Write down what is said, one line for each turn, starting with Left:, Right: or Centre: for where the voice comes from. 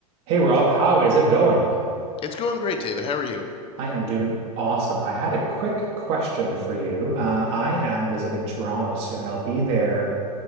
Right: Hey Rob, how is it going?
Left: It's going great, David. How are you?
Right: I am doing awesome. I had a quick question for you. Uh, I am visiting Toronto soon. I'll be there